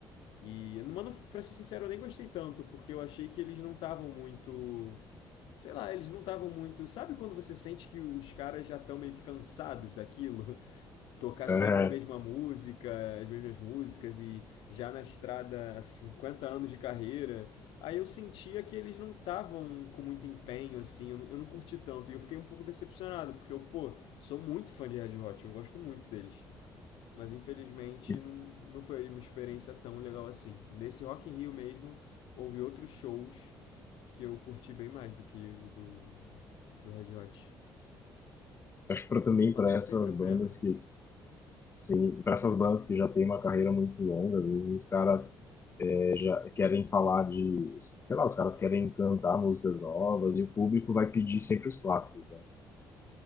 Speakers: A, on the left; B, on the left.
A: E, mano, pra ser sincero, eu nem gostei tanto, porque eu achei que eles não estavam muito sei lá, eles não estavam muito. Sabe quando você sente que os caras já estão meio que cansados daquilo? tocar
B: É,
A: sempre a mesma música, as mesmas músicas e já na estrada há 50 anos de carreira, aí eu sentia que eles não estavam com muito empenho, assim, eu não, eu não curti tanto e eu fiquei um pouco decepcionado, porque eu, pô, sou muito fã de Red Hot, eu gosto muito deles. Mas infelizmente
B: e
A: não, não foi uma experiência tão legal assim. Nesse Rock in Rio mesmo, houve outros shows que eu curti bem mais do que o do, do Red Hot.
B: acho que pra, também
A: Mas
B: para
A: vale
B: essas
A: sempre a pena.
B: bandas que, sim, para essas bandas que já têm uma carreira muito longa, às vezes os caras é, já querem falar de, sei lá, os caras querem cantar músicas novas e o público vai pedir sempre os clássicos, né?